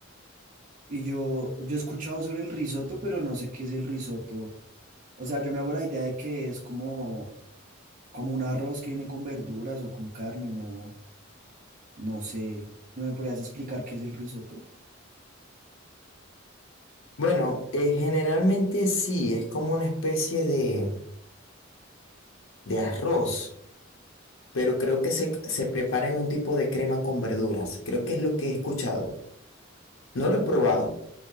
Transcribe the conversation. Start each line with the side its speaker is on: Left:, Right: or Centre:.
Right: Y yo, yo he escuchado sobre el risotto, pero no sé qué es el risotto. O sea, yo me hago la idea de que es como como un arroz que viene con verduras o con carne, no, no sé, ¿no me podrías explicar qué es el risotto?
Left: Bueno, eh, generalmente sí, es como una especie de, de arroz. Pero creo que se, se prepara en un tipo de crema con verduras. Creo que es lo que he escuchado. No lo he probado,